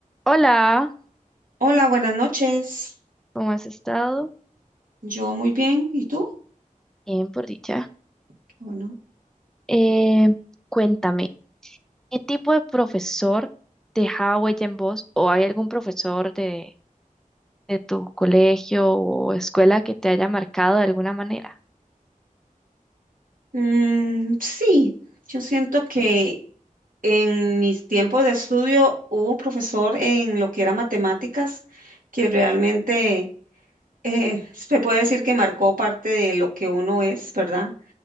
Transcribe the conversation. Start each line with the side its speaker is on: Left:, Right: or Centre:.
Centre: Hola,
Right: Hola, buenas noches.
Centre: ¿cómo has estado?
Right: Yo muy bien. ¿Y tú?
Centre: Bien, por dicha.
Right: Qué Bueno.
Centre: Eh, cuéntame, ¿qué tipo de profesor dejaba huella en vos? ¿O hay algún profesor de, de tu colegio o escuela que te haya marcado de alguna manera?
Right: Mm, sí, yo siento que en mis tiempos de estudio hubo un profesor en lo que era matemáticas que realmente eh, <laughs> se puede decir que marcó parte de lo que uno es, ¿verdad?